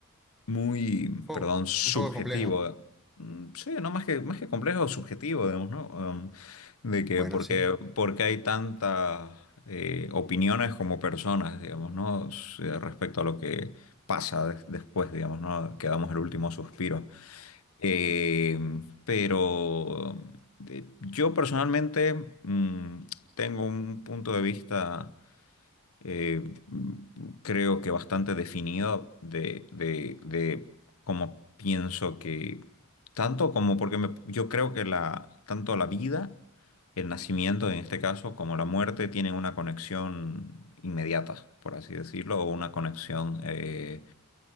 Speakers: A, on the left; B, in the centre.
A: muy,
B: un poco,
A: perdón, subjetivo.
B: un poco complejo.
A: Mm, Sí, no más que, más que complejo, subjetivo, digamos, ¿no? Um, de que
B: Bueno,
A: porque,
B: sí,
A: porque hay tantas eh, opiniones como personas, digamos, ¿no? S- Respecto a lo que pasa des- después, digamos, ¿no? Que damos el último suspiro. Eh, pero de- yo personalmente mm, tengo un punto de vista, eh, mm, creo que bastante definido de, de, de cómo pienso que, tanto como porque me- yo creo que la, tanto la vida, el nacimiento en este caso, como la muerte tienen una conexión inmediata, por así decirlo, o una conexión... eh,